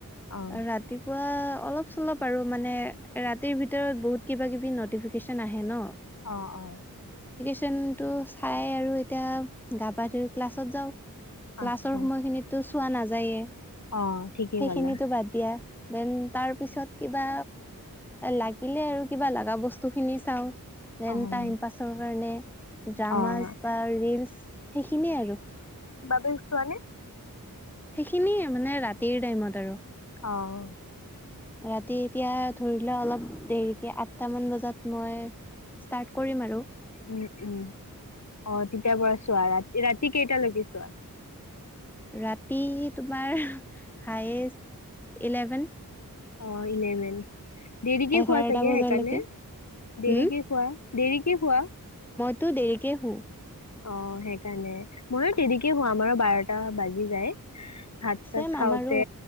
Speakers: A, on the left; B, in the centre.
A: অ'।
B: ৰাতি পোৱা অলপ চলপ আৰু মানে ৰাতিৰ ভিতৰত বহুত কিবা কিবি নটিফিকেশচন আহে ন।
A: অঁ অঁ
B: টো চাই আৰু এতিয়া গা পা ধোই ক্লাছত যাওঁ। ক্লাছৰ
A: আচ্ছা
B: সময়খিনিতটো? পোৱা নাযায়ে।
A: অ', ঠিকেই
B: সেইখিনিতো
A: ক'লা
B: বাদ দিয়া। দেন তাৰ পিছত কিবা লাগিলে আৰু কিবা লগা বস্তু খিনি চাওঁ। দেন
A: অ'।
B: টাইম পাছৰ কাৰণে ড্ৰামাজ
A: অ',
B: ৰীলচ সেইখিনিয়ে আৰু।
A: চোৱা নে।
B: সেইখিনি মানে ৰাতিৰ টাইমত আৰু।
A: অঁ
B: ৰাতি এতিয়া ধৰিলে অলপ দেৰিকে আঠটামান বজাত মই ষ্টাৰ্ট কৰিম আৰু।
A: উম উম অঁ তেতিয়াৰ পৰা চোৱা ৰাতি ৰাতি কেইটালৈকে চোৱা।
B: ৰাতি তোমাৰ হায়েষ্ট ইলেভেন।
A: অঁ ইলেভে দেৰিকে
B: এঘাৰটা
A: হোৱা চাগে
B: বজালৈকে
A: সেইকাৰণে দেৰিকে
B: হম
A: হোৱা দেৰিকে হোৱা।
B: তটো দেৰিকৈ হোও।
A: অ অঁ সেইকাৰণে? ময়ো তেনেকে হোৱাম আৰু বাৰটা বাজি যায়? ভাত
B: ছেম
A: চ খাওঁতে?
B: আমাৰো